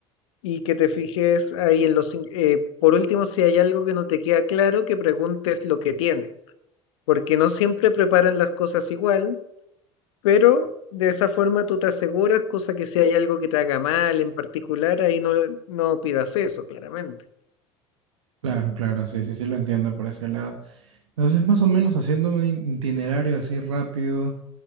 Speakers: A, on the left (about 75°); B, on the right (about 80°).
A: y que te fijes ahí en los... in- eh, por último, si hay algo que no te queda claro, que preguntes lo que tiene, porque no siempre preparan las cosas igual, pero de esa forma tú te aseguras, cosa que si hay algo que te haga mal en particular, ahí no, no pidas eso, claramente.
B: Claro, claro, sí, sí, sí lo entiendo por ese lado. Entonces, más o menos haciendo un itinerario así rápido,